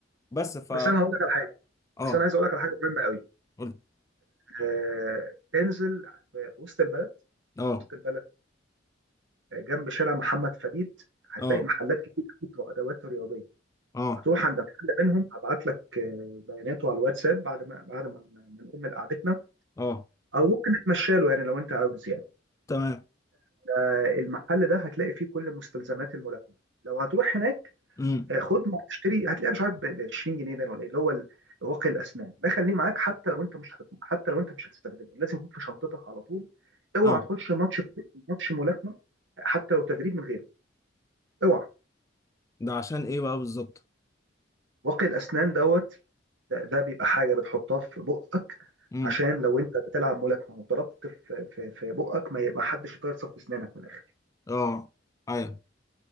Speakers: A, on the left (about 15°); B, on the right (about 80°).
A: بس ف
B: بس انا هقول لك على حاجه
A: اه
B: بس انا عايز اقول لك على حاجه مهمه قوي
A: قول
B: آه انزل في في وسط البلد
A: اه
B: في وسط البلد آه، جنب شارع محمد فريد هتلاقي
A: اه
B: محلات كتير قوي بتوع ادوات رياضيه
A: اه
B: هتروح عند محل منهم هبعت لك آه، بياناته على الواتساب بعد ما بعد ما ما نقوم من قعدتنا
A: اه
B: او ممكن نتمشى له يعني لو انت عاوز يعني
A: تمام
B: آه، المحل ده هتلاقي فيه كل مستلزمات الملاكمه لو هتروح هناك
A: امم
B: آه، خد ما تشتري هتلاقيها مش عارف ب 20 جنيه باين ولا ايه اللي هو ال- واقي الاسنان ده خليه معاك حتى لو انت مش هتت... حتى لو انت مش هتستخدمه لازم يكون في شنطتك على طول اوعى
A: اه
B: تخش ماتش ماتش ملاكمه حتى لو تدريب من غيره اوعى
A: ده عشان ايه بقى بالظبط
B: واقي الاسنان دوت ده, ده بيبقى حاجه بتحطها في بقك
A: امم
B: عشان لو انت بتلعب ملاكمه وضربت في في في بقك ما يبقى حدش يطير صف اسنانك من الاخر
A: اه ايوه